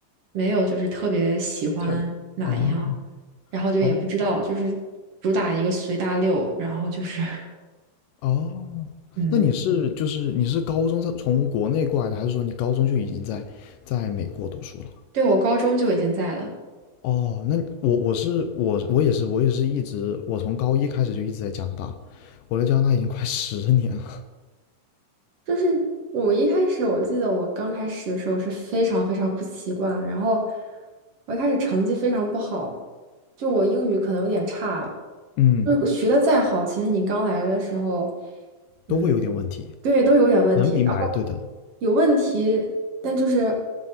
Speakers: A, on the right (about 50°); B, on the left (about 75°).
A: 没有就是特别喜欢哪一样，
B: 他，啊
A: 然后就也不知道，
B: 哦，
A: 就是主打一个随大溜，然后就是
B: 哦，
A: <laughs> 嗯，
B: 那你是就是你是高中在从国内过来的，还是说你高中就已经在在美国读书了？
A: 对我高中就已经在了。
B: 哦，那我我是我我也是我也是一直我从高一开始就一直在加拿大，我在加拿大已经快 <laughs> 十年了，
A: 就是我一开始，我记得我刚开始的时候是非常非常不习惯，然后我一开始成绩非常不好，就我英语可能有点差，
B: 嗯，
A: 就是学的再好，其实你刚来的时候，嗯，
B: 都会有点问题，
A: 对，都有点问题。
B: 能明白，
A: 然后
B: 对的，
A: 有问题，但就是